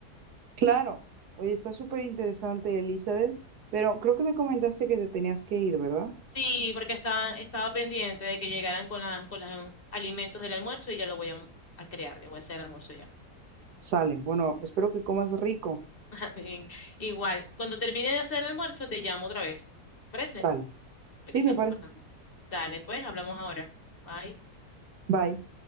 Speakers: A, on the right (about 80°); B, on the left (about 40°).
A: claro. Oye, está súper interesante, Elizabeth, pero creo que me comentaste que te tenías que ir, ¿verdad?
B: Sí, porque estaba, estaba pendiente de que llegaran con, la, con los alimentos del almuerzo y ya lo voy a, mm, a crear, ya voy a hacer el almuerzo ya.
A: Sale. Bueno, espero que comas rico.
B: <laughs> Bien, Igual, cuando termine de hacer el almuerzo te llamo otra vez. ¿Parece?
A: Sale. Sí,
B: Para que sigamos
A: me parece.
B: conversando. Dale, pues, hablamos ahora. Bye.
A: Bye.